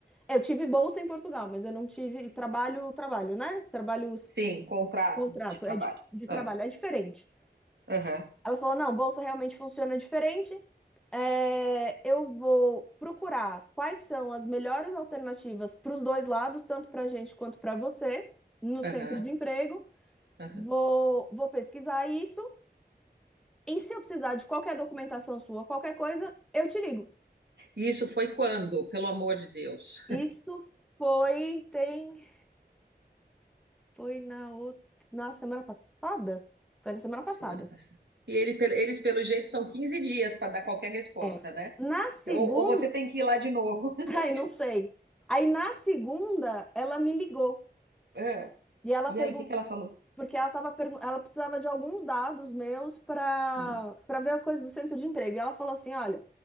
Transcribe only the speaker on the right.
Sim, contrato
de trabalho.
Ah,
aham.
Aham,
aham.
E isso foi quando? Pelo amor de Deus.
<laughs>
Semana passada. E ele, pe- eles, pelo jeito, são 15 dias para dar qualquer resposta,
né?
Ou, ou você tem que ir lá de novo.
<laughs>
Ah,
E
aí, o que que ela falou?
Hum,